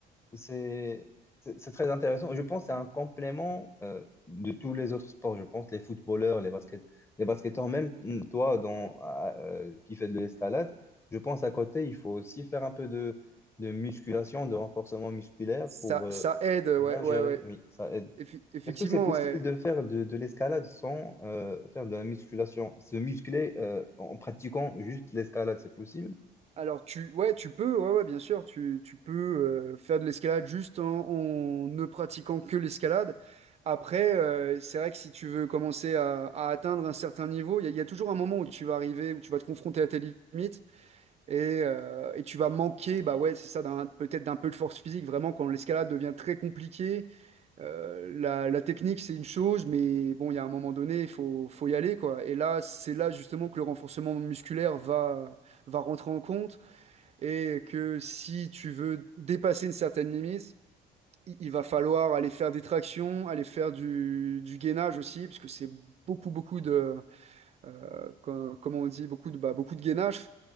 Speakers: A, on the left; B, on the right.
A: c'est c'est- c'est très intéressant. Je pense que c'est un complément euh, de tous les autres sports. Je pense les footballeurs, les basket, les basketteurs, même mm, toi dans, à- euh, qui fais de l'escalade, je pense à côté, il faut aussi faire un peu de, de musculation, de renforcement musculaire
B: Ça,
A: pour euh,
B: ça aide, ouais,
A: bien
B: ouais,
A: gérer.
B: ouais.
A: Oui, ça aide.
B: Effi- effectivement,
A: Est-ce que c'est possible
B: ouais.
A: de faire de, de l'escalade sans euh, faire de la musculation? Se muscler euh, en en pratiquant juste l'escalade, c'est possible?
B: Alors tu ouais tu peux ouais, ouais bien sûr tu, tu peux euh, faire de l'escalade juste en, en ne pratiquant que l'escalade. Après euh, c'est vrai que si tu veux commencer à, à atteindre un certain niveau, il y, a il y a toujours un moment où tu vas arriver où tu vas te confronter à tes limites et, euh, et tu vas manquer bah ouais c'est ça d'un peut-être d'un peu de force physique vraiment quand l'escalade devient très compliquée. euh, la, la technique c'est une chose mais bon il y a un moment donné il faut faut y aller quoi. Et là c'est là justement que le renforcement musculaire va va rentrer en compte et que si tu veux dépasser une certaine limite, i- il va falloir aller faire des tractions, aller faire du, du gainage aussi, parce que c'est beaucoup, beaucoup de, euh, co- comment on dit, beaucoup de, bah, beaucoup de gainage,